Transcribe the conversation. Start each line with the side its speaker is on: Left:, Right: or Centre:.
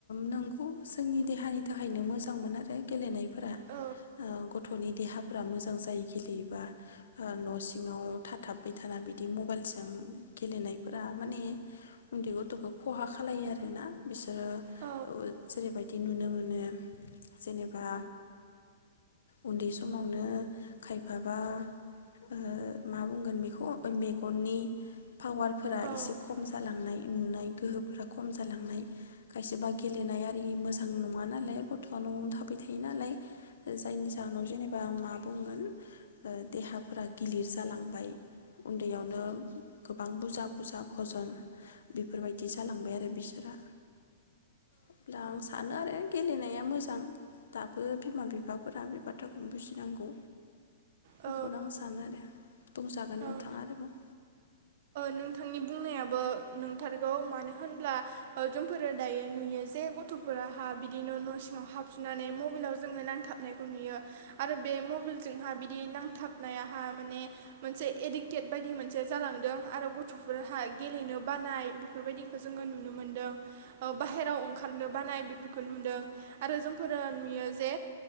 Left: नों उम जोंनि देहानि थाखायनो मोजां मोन आरो गेलेनाय फोरा
Right: औ
Left: ओ गथनि देहा फ्रा मोजां जायो गेलेयोबा न सिङाव थाथाबबाय थाना बिदि मबाइलजों गेलेनायफोरा माने उन्दै गथखौ खहा खालो आरोना बिसो रो
Right: औ
Left: ओ जेरैबायदि नुनो मोनो जेनेबा उन्दै स मावनो खायफाबा ओ मा बुंगोन बेखौ मेगननि पावारफोरा
Right: औ
Left: एसे खम जालांनाय नुनाय गोहोफोरा खम जालांनाय खायसेबा गेलेनाय आरि मोजां नङा नालाय गथआ नआवनो थाबाय थायो नालाय जायनि जाहोनाव जेने मा बुंगोन देहाफोरा गिलिर जालांबाय उन्दैयावनो गोबां बुरजा फुजा भजन बेफोरबायदि जालांबाय आरो बिसोरा अब्ला आं सानो आरो गेलेनाया मोजां दाबो बिमा बिफाफोरा बे बाथ्रा बुजिनांगौ
Right: औ
Left: बेखौनो आं सानो आरो बुंजागोन नोंथाङा
Right: औ
Left: आरोबाव
Right: नोंथांनि बुंनायाबो नंथारगौ मानो होनब्ला जोंफोरो दायो नुयो जे गथफोराहा बिदिनो न' सिङाव हाबजुनानै मबाइलाव जोंनो नांथाबनायखौ नुयो आरो बे मबाइलजोंहा बिदि नांथाबनायाहा माने मोनसे एडिक्टेड बायदि मोनसे जालांदों आरो गथ'फोरहा गेलेनो बानाय बेफोरबायदिखौ जोङो नुनो मोनदों। बाहेरायाव ओंखारनो बानाय बेफोरखौ नुदों आरो जोंफोरो नुयो जे